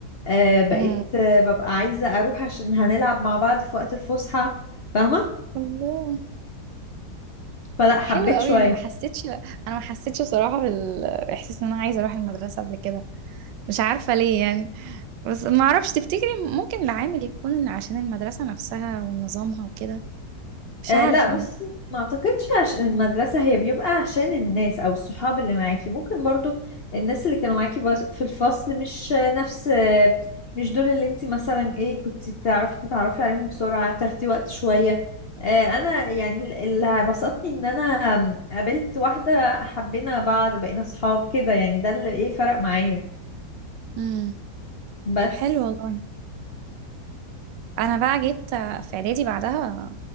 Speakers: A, on the left; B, on the right.
A: آه، بقيت
B: امم
A: آه، ببقى عايزه اروح عشان هنلعب مع بعض في وقت الفسحه فاهمه
B: الله
A: فلا حبيت
B: حلو قوي
A: شويه
B: انا ما حسيتش انا ما حسيتش بصراحه بالاحساس ان انا عايزه اروح المدرسه قبل كده مش عارفه ليه يعني بس ما اعرفش تفتكري ممكن العامل يكون إن عشان المدرسه نفسها ونظامها وكده مش
A: آه
B: عارفه
A: لا بص ما اعتقدش عشان المدرسة هي بيبقى عشان الناس او الصحاب اللي معاكي ممكن برضو الناس اللي كانوا معاكي بس- في الفصل مش آه، نفس آه، مش دول اللي انت مثلا ايه كنت تعرفي تتعرفي عليهم بسرعة تاخدي وقت شوية آه انا يعني ال- اللي بسطني ان انا قابلت واحدة حبينا بعض بقينا صحاب كده يعني ده اللي ايه فرق معايا
B: امم
A: بس
B: حلو والله انا بقى جيت في اعدادي بعدها